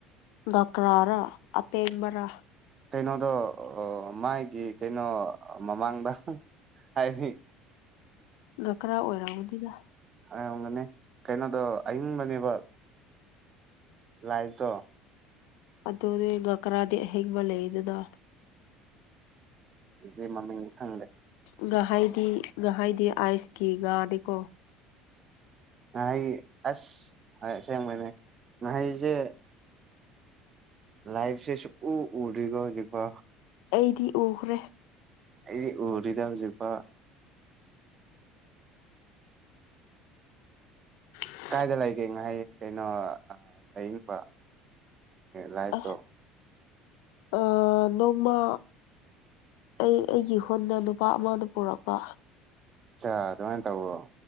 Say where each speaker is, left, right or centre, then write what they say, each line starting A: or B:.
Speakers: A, on the left (about 75°); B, on the right (about 25°).
A: ꯒꯀ꯭ꯔꯥꯔꯥ ꯑꯇꯦꯝꯃꯔꯥ
B: ꯀꯩꯅꯣꯗꯣ ꯃꯥꯒꯤ ꯀꯩꯅꯣ ꯃꯃꯥꯡꯗ ꯍꯥꯏꯗꯤ
A: ꯂꯨꯈ꯭ꯔꯥ ꯑꯣꯏꯔꯝꯒꯅꯤꯗ
B: ꯑꯝꯒꯅꯤ ꯀꯩꯅꯣꯗꯣ ꯑꯏꯤꯡꯕꯅꯦꯕ ꯂꯥꯏꯇꯣ
A: ꯑꯗꯨꯗꯤꯒ ꯀꯔꯥꯗꯤ ꯑꯍꯤꯡꯕ ꯂꯩꯗꯅ
B: ꯎꯝ ꯃꯃꯤꯡ ꯊꯪꯂꯦ
A: ꯉꯍꯥꯏꯗꯤ ꯉꯍꯥꯏꯗꯤ ꯑꯥꯏꯁꯀꯤ ꯉꯥꯗꯤꯦꯀꯣ
B: ꯉ ꯑꯁꯁꯦꯡꯕꯅꯦꯁꯨ ꯂꯥꯏꯐꯁꯦ ꯁꯨꯛꯎ ꯎꯗ꯭ꯔꯤꯒꯣ ꯍꯧꯖꯤꯛꯀ
A: ꯑꯩꯗꯤ ꯎꯈ꯭ꯔꯦ
B: ꯑꯩꯗꯤ ꯎꯗ꯭ꯔꯤꯗ ꯍꯧꯖꯤꯛꯐꯥꯎ
A: ꯎ
B: ꯀꯥꯏꯗ ꯂꯩꯒꯦ ꯉꯥꯏꯍꯥꯏ ꯀꯩꯅꯣ ꯑꯌꯤꯡꯕ ꯂꯥꯏꯐꯇꯣ
A: ꯑꯁ ꯑ ꯅꯣꯡꯃ ꯑꯩ ꯑꯩꯒꯤ ꯍꯨꯟꯅ ꯅꯨꯄꯥ ꯑꯃꯅ ꯄꯨꯔꯛꯄ
B: ꯑꯆꯥ ꯑꯗꯨꯃꯥꯏꯅ ꯇꯧꯕꯋꯣ